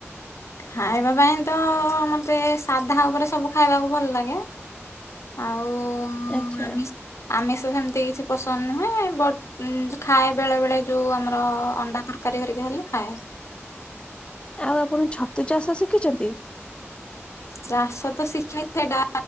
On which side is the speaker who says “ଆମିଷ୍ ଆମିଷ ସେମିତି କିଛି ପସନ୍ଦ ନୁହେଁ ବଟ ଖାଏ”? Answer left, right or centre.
Left